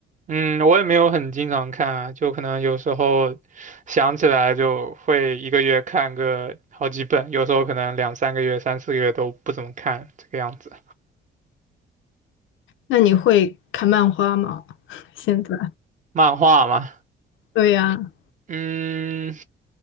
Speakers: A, on the right; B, on the left.
A: 嗯，我也没有很经常看啊，就可能有时候想起来就会一个月看个好几本，有时候可能两三个月、三四个月都不怎么看，这个样子。
B: 那你会看漫画吗？<laughs> 现在？
A: 漫画嘛，
B: 对呀，
A: 嗯，